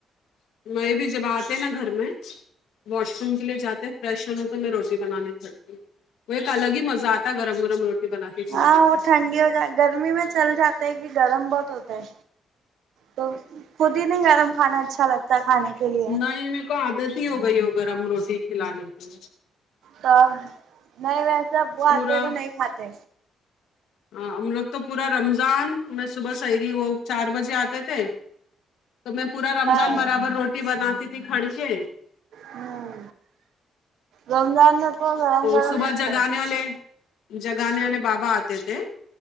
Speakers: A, on the left; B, on the right.
A: میں بھی جب آتے نا گھر میں واش روم کے لیے جاتے فریش ہوں تو میں روٹی بنانی پڑتی ہوں وہ ایک الگ ہی مزہ آتا گرم گرم روٹی بنا کے کھلانے
B: ہاں وہ
A: کا
B: ٹھنڈی ہو ج گرمی میں چل جاتا ہے کہ گرم بہت ہوتا ہے تو خود ہی نہیں گرم کھانا اچھا لگ تا کھانے کے لیے
A: نہیں میرے کو عادت ہی ہو گئی ہو گرم روٹی کھلانے کے
B: تب نہیں ویسے اب وہ
A: پورا
B: آتے تو نہیں کھاتے
A: ہاں ہم لوگ تو پورا رمضان میں صبح سحری وہ چار بجے آتے تھے تو میں پورا رمضان
B: ہاں
A: برابر روٹی بناتی تھی کھڑ کے
B: ہوں رمضان نہ تو گرم گرام
A: صبح
B: ہی اچھا
A: جگانے
B: لگتا
A: والے جگانے والے بابا آتے تھے